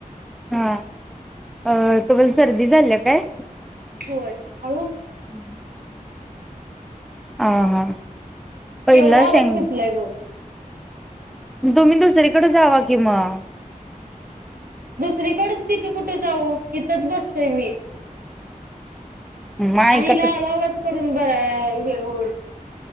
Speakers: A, in the centre; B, on the right.
A: हा. अ तुम्हाला सर्दी झाल्या काय?
B: होय हळू
A: हम्म <inaudible> हा हा. पहिला
B: केवढा आवाज
A: शेंग
B: सुटलाय बघ.
A: तुम्ही दुसरीकडे जावा कि मग
B: दुसरीकड तिथे कुठे जाऊ हिथंच बसतय मी.
A: मग ऐकतच
B: आणि <unintelligible>